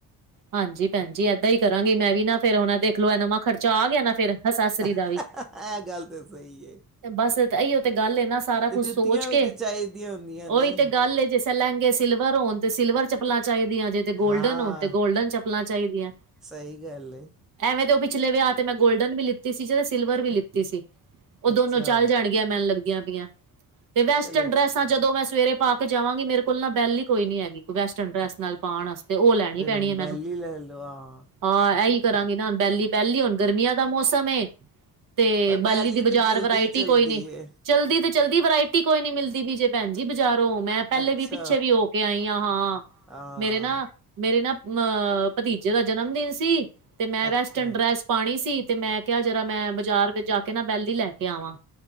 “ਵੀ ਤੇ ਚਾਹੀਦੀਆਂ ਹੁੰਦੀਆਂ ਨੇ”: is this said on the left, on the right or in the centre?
Centre